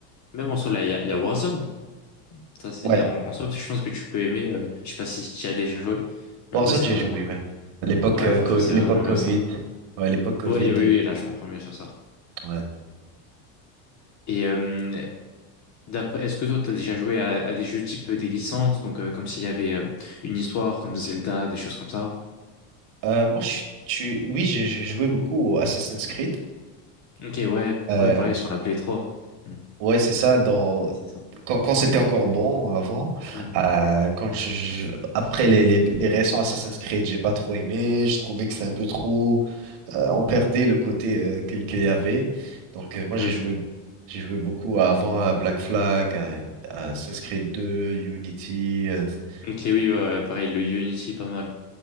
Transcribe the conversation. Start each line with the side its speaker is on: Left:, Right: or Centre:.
Left: Même en soi, là, il y a, il y a Warzone. Ça, c'est,
Right: Ouais,
Left: en, en soi, je pense que tu peux aimer. euh, je sais pas si tu y as déjà joué, mais
Right: Warzone,
Left: en vrai, c'est
Right: j'ai
Left: vraiment
Right: joué,
Left: cool.
Right: ouais. L'époque
Left: Ouais,
Right: euh,
Left: franchement,
Right: co-
Left: c'est
Right: l'époque
Left: vraiment bien
Right: Covid.
Left: ça.
Right: Ouais, l'époque Covid.
Left: ouais oui,
Right: euh, je-
Left: oui, là, je comprends mieux sur ça.
Right: Ouais.
Left: Et euh, d'après, est-ce que toi, tu as déjà joué à, à des jeux type euh, des licences, donc euh, comme s'il y avait euh, une histoire, comme Zelda, des choses comme ça?
Right: Euh, moi, je suis... tu- Oui, j'ai j'ai joué beaucoup au Assassin's Creed.
Left: Mm. Ok, ouais,
Right: Euh,
Left: ouais, pareil sur la Play trois. Mm.
Right: ouais, c'est ça. Dans...
Left: Ouais, c'est ça.
Right: Quand, quand c'était encore bon avant,
Left: Mm.
Right: euh, quand je, je- après les, les, les récents Assassin's Creed, j'ai pas trop aimé. Je trouvais que c'était un peu trop. euh, on perdait le côté euh, qu'il qu'il y avait. Donc euh, moi
Left: Oui,
Right: j'ai
Left: je
Right: joué,
Left: crois.
Right: j'ai joué beaucoup à- avant à Black Flag, à, à Assassin's Creed 2, Unity. euh,
Left: Ok, oui,
Right: donc,
Left: ouais, ouais, pareil, le Unity, pas mal.